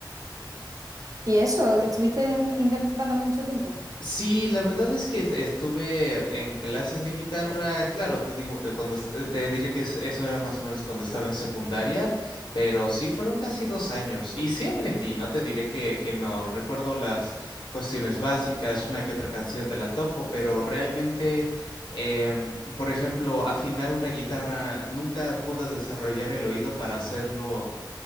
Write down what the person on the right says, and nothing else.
Y eso, ¿estuviste en- intentándolo mucho tiempo?